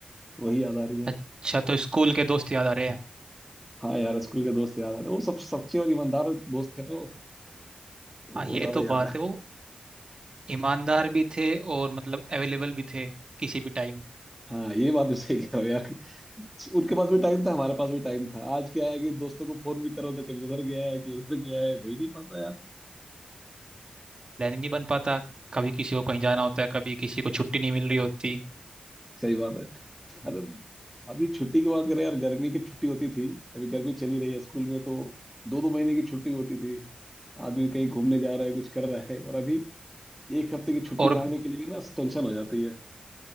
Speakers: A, in the centre; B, on the right.
A: वही याद आ रही है
B: अच्छा तो स्कूल के दोस्त याद आ रहे हैं
A: हाँ यार स्कूल के दोस्त याद आ रहे हैं। वो सब सच्चे और ईमानदार दोस्त थे ना वो
B: हाँ
A: वो
B: ये
A: ज्यादा
B: तो
A: याद
B: बात
A: है
B: है वो ईमानदार भी थे और मतलब अवेलेबल भी थे किसी भी टाइम
A: हाँ ये बात तो सही कह रहे हो यार उनके पास भी टाइम था हमारे पास भी टाइम था आज क्या है कि दोस्तों को फोन भी करो तो कभी उधर गया है कभी उधर गया है हो ही नहीं पाता यार
B: प्लान नहीं बन पाता कभी किसी को कहीं जाना होता है कभी किसी को छुट्टी नहीं मिल रही होती
A: सही बात है अरे अभी छुट्टी की बात करें यार गर्मी की छुट्टी होती थी अभी गर्मी चली रही है स्कूल में तो दो दो महीने की छुट्टी होती थी आदमी कहीं घूमने जा रहा है कुछ कर रहा है और अभी एक हफ्ते की छुट्टी
B: और
A: मांगने के लिए भी ना टेंशन हो जाती है